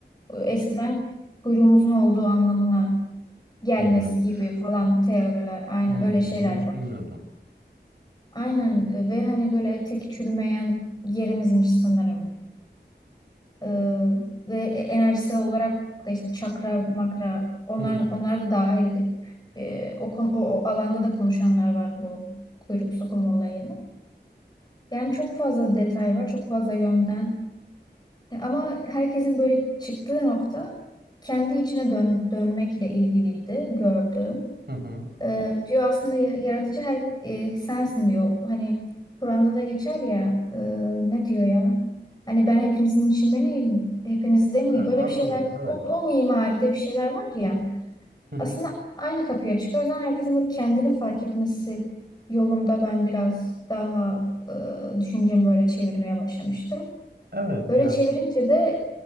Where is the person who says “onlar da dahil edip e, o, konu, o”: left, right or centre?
Left